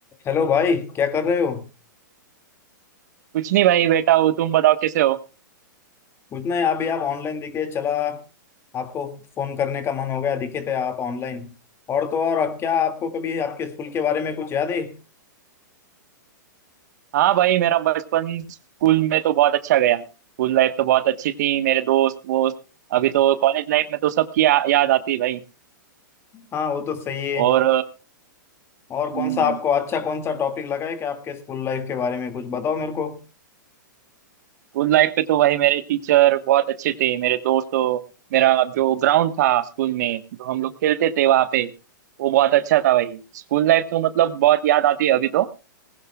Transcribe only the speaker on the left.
Hello भाई क्या कर रहे हो
कुछ नहीं अभी आप ऑनलाइन दिखे चला आपको फोन करने का मन हो गया दिखे थे आप ऑनलाइन और तो और अब क्या आपको कभी आपके स्कूल के बारे में कुछ याद है
हाँ वो तो सही है
और कौन
सा आपको अच्छा कौन सा टॉपिक लगा है कि आपके स्कूल लाइफ के बारे में कुछ बताओ मेरे को